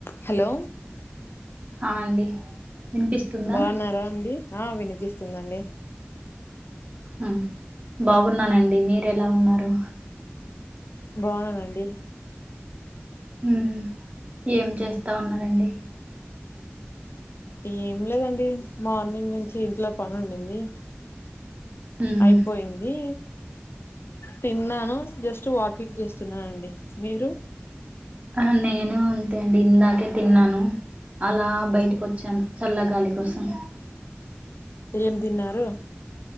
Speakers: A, on the left; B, on the right.
A: హలో
B: అహ్ అండి వినిపిస్తుందా
A: బావున్నారా అండి ఆహ్ వినిపిస్తుందండి
B: అహ్ బాగున్నానండి మీరు ఎలా ఉన్నారు.
A: బావున్నానండి
B: హ్మ్ ఏం చేస్తా ఉన్నారండి
A: ఏం లేదండి మార్నింగ్ నుంచి ఇంట్లో పని ఉండింది.
B: ఉమ్
A: అయిపోయింది. తిన్నాను జస్ట్ వా కింగ్ చేస్తున్ననండి మీరు
B: అహ్ నేను అంతే అండి ఇందాకే తిన్నాను అలా బయటకి వచ్చాను చల్లగాలి కుసం
A: ఏం తిన్నారు